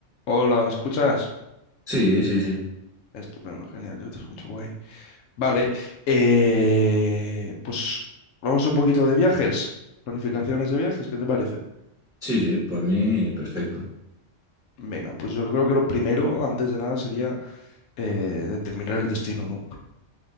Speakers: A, on the left; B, in the centre.
A: Hola, ¿me escuchas?
B: Sí, sí, sí.
A: Estupendo, genial, yo te escucho guay. Vale, eh, pues vamos un poquito de viajes, planificaciones de viajes, ¿qué te parece?
B: Sí, sí, por mí perfecto.
A: Venga, pues yo creo que lo primero, antes de nada, sería eh, determinar el destino, ¿no?